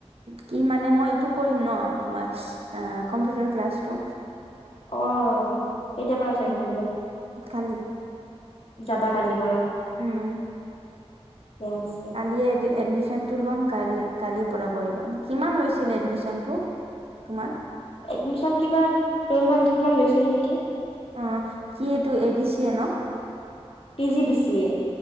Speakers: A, on the right (about 65°); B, on the left (about 60°).
A: কি মানে মই এইটো কৰিম ন, তোমাৰ কম্পিউটাৰ ক্লাছটো
B: আহ কেতিয়াৰ পৰা জইন
A: উম
B: কৰিব?
A: কালি
B: যাবা কালিৰ পৰা
A: উম
B: ঠিকে আছে
A: কালি এডমিশন টো ল'ম কালি কালিৰ পৰা কৰি ল'ম। কিমান লৈছিল এডমিশন টো তোমাৰ?
B: এডমিশন কিবা টোৱেলভ হানদ্ৰেদ মান লৈছিল নেকি।
A: অ কি এইটো এ দি চি এ ন?
B: P G B C A.